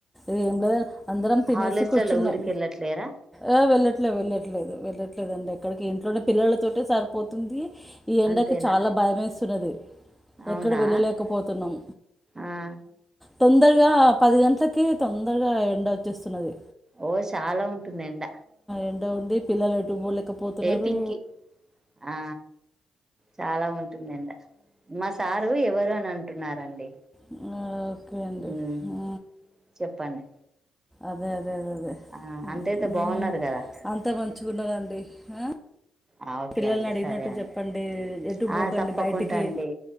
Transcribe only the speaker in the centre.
ఏం లేదన్ అందరం తినేసి
కూర్చున్నాం
ఆ వెళ్ళట్లే వెళ్ళట్లేదు వెళ్లట్లేదండి ఇక్కడికి ఇంట్లోనే పిల్లలతోటె సరిపోతుంది ఈ ఎండకు
చాలా భయం వేస్తుంది స్తున్నది
ఎక్కడ వెళ్ళలేకపోతున్నాం
తొందరగా పది గంటలకి తొందరగా ఎండవచ్చు చేస్తున్నది
ఎండ ఉంది పిల్లలు ఎటు పోలేకపోతున్నారు
ఇంగా ఓకే అండి
ఆ
అదే అద్ దే దే అదే
మ్మ్
అంతా మంచిగున్నారండి. ఆ
పిల్లల్ని
అడిగినట్టు
చెప్పండి ఎటు పోకండి
బయటికి